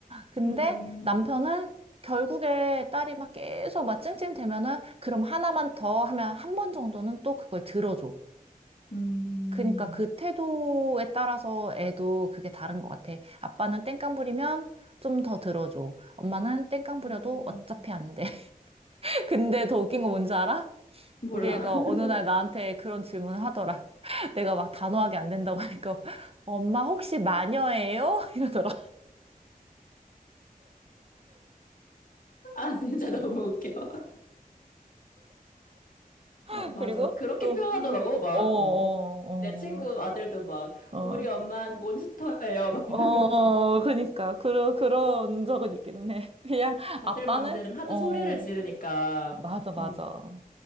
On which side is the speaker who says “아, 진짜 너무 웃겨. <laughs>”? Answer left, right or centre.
Left